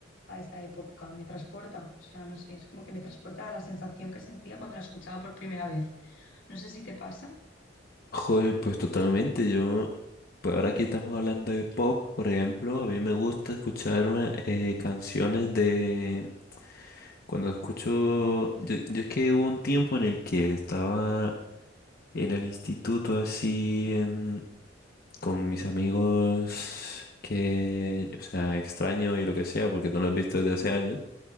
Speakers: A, on the left (about 85°); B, on the left (about 50°).
A: a esa época, me transporta, o sea, no sé, es como que me transporta a la sensación que sentía cuando la escuchaba por primera vez. No sé si te pasa.
B: Joder, pues totalmente. Yo, pues ahora que estamos hablando de pop, por ejemplo, a mí me gusta escuchar una- eh, canciones de... Cuando escucho... Yo, yo es que hubo un tiempo en el que estaba en el instituto así em, con mis amigos que, o sea, extraño y lo que sea, porque no los he visto desde hace años.